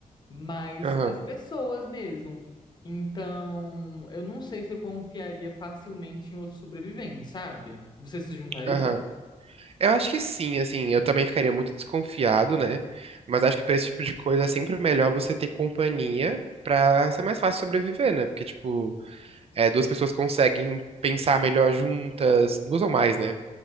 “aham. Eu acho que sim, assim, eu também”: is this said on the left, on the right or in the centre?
Right